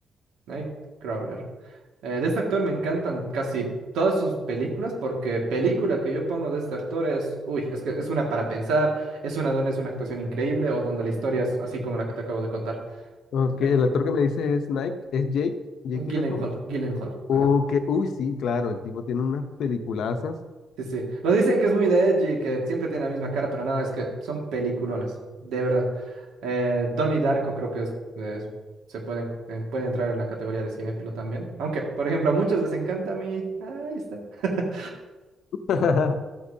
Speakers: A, on the right; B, on the left.
A: Nightcrawler. Eh, de este actor me encantan casi todas sus películas porque película que yo pongo de este actor es... Uy, es que es una para pensar, es una donde es una actuación increíble o donde la historia es así como la que te acabo de contar.
B: Ok,
A: Es buenísimo.
B: el actor que me dice es Nike, es Jake, Jake Gyllenhaal.
A: Gyllenhaal, Gyllenhaal,
B: Ok,
A: ajá.
B: uy, sí, claro, el tipo tiene unas peliculazas.
A: Sí, sí. Lo dicen que es muy de edgy, que siempre tiene la misma cara, pero nada, es que son peliculones, de verdad. Eh, Donnie Darko creo que es, es- se pueden, eh, puede entrar en la categoría de cinéfilo también. Aunque, por ejemplo, a muchos les encanta a mí. Ahí está. <laughs>
B: <laughs>